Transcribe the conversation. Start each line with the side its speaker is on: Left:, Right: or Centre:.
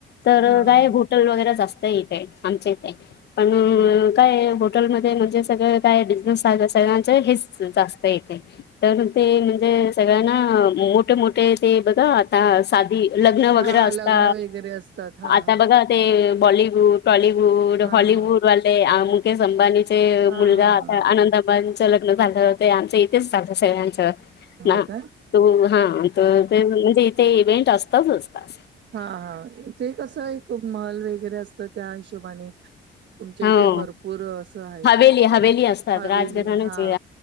Left: तर
Right: हा हा
Left: काय होट टल वगैरे जास्त इथे, आमच्या इथे, पण
Right: हा
Left: काय हॉटेलमध्ये म्हणजे सगळं काय, बिझनेसे सगळ्यांच हेच जास्त येथे. तर ते म्हणजे, सगळ्यांना मोठे मोठे, ते बघा आता, सा ठी, लग्न वगैरे
Right: हा
Left: असता,
Right: हा लग्न वगैरे असतात हा
Left: आता
Right: हा
Left: बघा ते बॉलिवूड, टॉलिवूड,
Right: हा
Left: हॉलीिवूड
Right: हा
Left: वाले, मुकेश अंबानी ते ते मुलगा,
Right: हा हा
Left: आता
Right: हा
Left: आनंदाबाच लग्न झालं, ते आमच्या इथेच झालत सगळ्यांचं.
Right: हो
Left: ना,
Right: का
Left: तू हा ते म्हणजे इथे, इव्हेंट असताच असता.
Right: हा हा, ते कसं, एक महल वगैरे असतं, त्या हिशोबाने. तुमच्या
Left: हो
Right: इथे भरपूर असं हाय,
Left: हवेली हवेली असतात
Right: हवेली
Left: राजघराण्याचे
Right: हा.